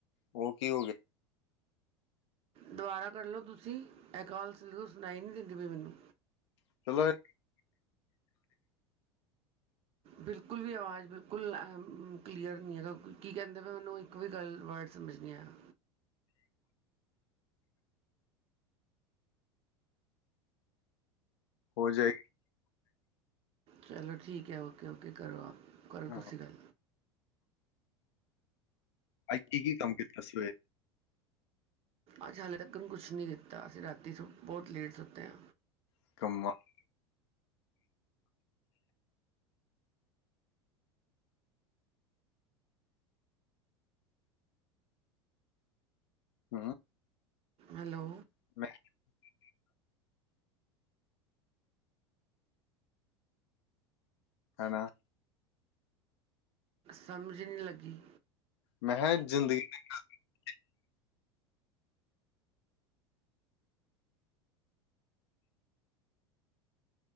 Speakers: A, on the left; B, on the right.
A: ਉਹ ਕੀ ਹੋ ਗਿਆ।
B: ਦੁਬਾਰਾ ਕਰਢ ਲਓ ਤੁਸੀਂ, ਕਾਲ ਸਲਗ ਸੁਣਾਈ ਨਹੀਂ ਦਿੰਦੀ ਪਈ ਮੈਨੂੰ
A: <inaudible>
B: ਬਿਲਕੁਲ ਵੀ ਆਵਾਜ਼, ਬਿਲਕੁਲ ਕਲੀਅਰ ਨਹੀਂ ਹੈਗਾ, ਕੀ ਕਹਿੰਦੇ ਮੈਂ ਉਹੈਨੂੰ, ਇੱਕ ਵੀ ਗੱਲ ਵਰਡ ਸਮਝਦੇ ਨਹੀਂ ਆ ਰਹਾ।
A: ਹੋ ਜਾਏ
B: ਚਲੋ ਠੀਕ ਹੈ, ਓਕੇ -ਓਕੇ ਕਰੋ ਆਪ ਕਰੋ,
A: ਹਾਂ
B: ਤੁਸੀਂ ਗੱਲ
A: ਅੱਜ ਕੀ -ਕੀ ਕੰਮ ਕੀਤਾ ਸਵੇਰ
B: ਅੱਜ ਹਾਲੇ ਤੱਕ ਨੂੰ ਕੁਛ ਨਹੀਂ ਕੀਤਾ, ਅਸੀਂ ਰਾਤੀ ਸੁ ਬਹੁਤ ਲੇਟ ਸੁੱਤੇ ਹਾਂ।
A: <inaudible> ਹਮ
B: ਹੈਲੋ
A: <inaudible> ਹਨਾ
B: ਸਮਝ ਹੀ ਨਹੀਂ ਲੱਗੀ।
A: ਮੈਂ ਕਿਹਾ ਜ਼ਿੰਦਗੀ <inaudible>